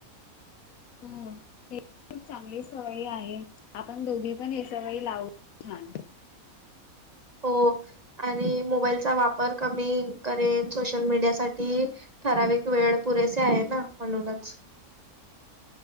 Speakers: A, on the left; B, on the right.
A: हो हे खूप चांगली सवय आहे आपण दोघी पण ही सवय लावू छान.
B: हो आणि मोबाईलचा वापर कमी करेन सोशल मीडिया साठी ठराविक वेळ पुरेसे आहे ना म्हणूनच.